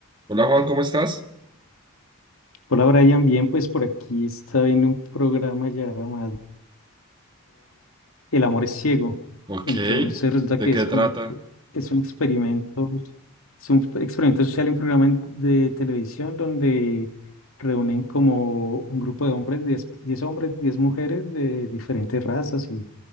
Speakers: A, on the right; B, on the left.
A: Hola Juan, ¿cómo estás?
B: Hola Brian, bien, pues por aquí está viendo un programa llamado El amor es ciego.
A: Ok.
B: Entonces resulta
A: ¿De
B: que
A: qué
B: es
A: trata?
B: como un, es un experimento, es un experimento social, un programa en- de televisión donde reúnen como un grupo de hombres, 10 10 hombres, 10 mujeres de diferentes razas. Y,